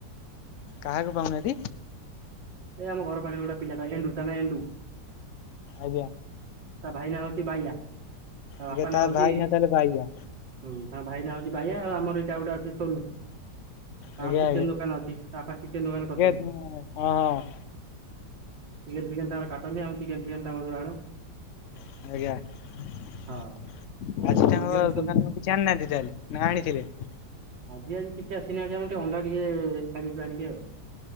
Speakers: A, on the left (about 60°); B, on the right (about 80°).
A: କାହାକୁ ପାଉନାହାନ୍ତି?
B: ଏ ଆମ ଘର ପାଖେ ଗୋଟେ ପିଲାଟା ଏଣ୍ଡୁ ତା ନାଁ ଏଣ୍ଡୁ।
A: ଆଜ୍ଞା।
B: ତା ଭାଇ ନା ହୋଉଚି ବାୟା, ତା
A: ଆଜ୍ଞା
B: ବାପା ନା ହୋଉଚି
A: ଭାଇନା ତାହେଲେ ବାଇଆ
B: ହୁଁମ ତାଙ୍କ ଭାଇ ନା ହୋଉଚି ବାୟା, ଆଉ ଆମର ଏଇଟା ଆଉ ଗୋଟେ ଅଛି ସୋନୁ। ତାଙ୍କର
A: ଆଜ୍ଞା
B: ଚିକେନ୍ ଦୋକାନ ଅଛି। ତା ବାପା ଚିକେନ୍ ଦୋକାନ କର୍
A: ହଁଅଁ, ହଁଁ ହଁ।
B: ଜିକେନ୍ ଫିକେନ୍ ତାଙ୍କର କାଟନ୍ତି। ଆମ ଚିକେନ୍ ଫିକେନ୍ ତାଙ୍କ ପାଖୁରୁ ଆଣୁ।
A: ଆଜ୍ଞା! ଆଜି ଟାଙ୍କ
B: ହଁ।
A: ଦୋକାନୁରୁ କିଛି
B: ଆଉ ଏ ପବନ ଟିକେ
A: ଆନିନାହାନ୍ତି ତାହେଲେ ନା ଆଣିଥିଲେ?
B: ଆଜି ଆଜି କିଛି ଆସିନି ଆଜି ଆମର ଟିକେ ଅଣ୍ଡା ଟିକେ ଖାଇ ଦେଇଥିଲୁ ଆଣିକି ଆଉ।